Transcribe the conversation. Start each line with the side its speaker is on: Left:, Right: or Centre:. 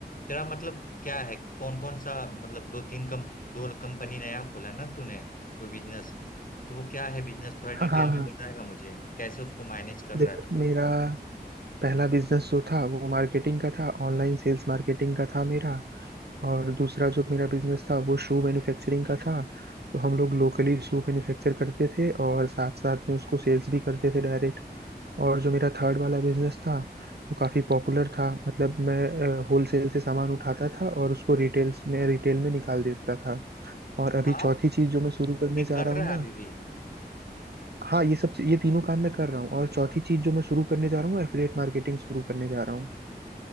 Left: तेरा मतलब क्या है कौन कौन सा मतलब दो तीन कम दो कंपनी नया खोला ना तूने कोई बिजनेस तो वो क्या है बिजनेस थोड़ा डिटेल
Right: हाँ हाँ
Left: में बताएगा मुझे कैसे उसको मैनेज कर रहा
Right: देख
Left: है तू
Right: मेरा पहला बिजनेस जो था वो मार्केटिंग का था ऑनलाइन सेल्स मार्केटिंग का था मेरा और दूसरा जो मेरा बिजनेस था वो शू मैन्युफैक्चरिंग का था तो हम लोग लोकली शू मैन्युफैक्चर करते थे और साथ साथ में उसको सेल्स भी करते थे डायरेक्ट और जो मेरा थर्ड वाला बिजनेस था वो काफ़ी पॉपुलर था मतलब मैं होलसेल से सामान उठाता था और उसको रिटेल्स में रिटेल में निकाल देता था और अभी
Left: हाँ
Right: चौथी चीज़ जो मैं शुरू करने
Left: ये
Right: जा
Left: कर
Right: रहा हूँ
Left: रहा
Right: ना
Left: है अभी भी
Right: हाँ ये सब ये तीनों काम मैं कर रहा हूँ और चौथी चीज़ जो मैं शुरू करने जा रहा हूँ एफिलिएट मार्केटिंग शुरू करने जा रहा हूँ